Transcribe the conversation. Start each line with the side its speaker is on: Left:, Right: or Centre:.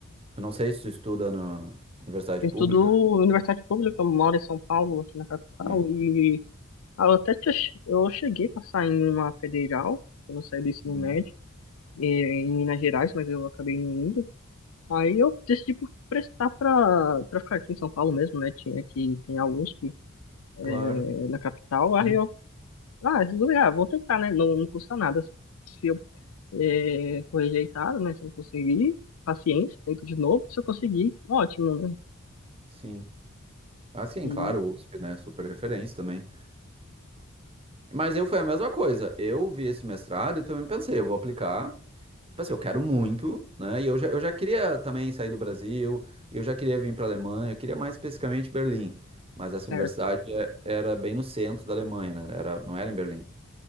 Right: Eu não sei se tu estuda na universidade
Left: Eu
Right: pública.
Left: estudo em universidade pública, eu moro em São Paulo, aqui na capital,
Right: né?
Left: e ah, eu até te eu cheguei a passar em uma federal, quando eu saí do ensino
Right: Uhum.
Left: médio, eh, em Minas Gerais, mas eu acabei não indo. Aí eu decidi por prestar pra, pra ficar aqui em São Paulo mesmo, né? Tinha aqui, tem a USP,
Right: Claro,
Left: é, na capital. Aí
Right: sim,
Left: eu, ah, resolvi, ah, vou tentar, né? Não, não custa nada. Se eu é, for rejeitado, né? Se eu não conseguir, paciência, tento de novo. Se eu conseguir, ótimo, né?
Right: sim. Ah, sim,
Left: E
Right: claro, O USP, né? Super referência também. Mas eu foi a mesma coisa. Eu vi esse mestrado e também pensei, eu vou aplicar. Tipo assim, eu quero muito, né? E eu já, eu já queria também sair do Brasil, e eu já queria vir para a Alemanha, eu queria mais especificamente Berlim. Mas essa
Left: certo,
Right: universidade é- era bem no centro da Alemanha, né? Era, não era em Berlim.